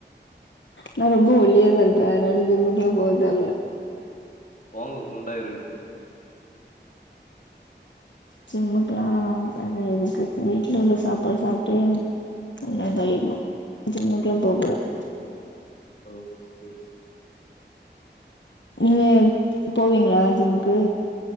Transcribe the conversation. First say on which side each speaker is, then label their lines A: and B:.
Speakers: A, on the left (about 75°); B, on the left (about 45°).
A: நா ரொம்ப ஒல்லியாத இருப்பே அதனால ஜிம்முக்கெல்லா போக தேவல்ல
B: போங்க குண்டாயிருவீங்க
A: ஜிம்முக்க அது இதுக்கு வீட்டுல உள்ள சாப்பாடு சாப்ட்டு ந இதாயிடணும் ஜிம்முக்கு எல்லா போகக்கூடாது
B: ஓ சரி ச
A: நீங்க போவீங்களா ஜிம்முக்கு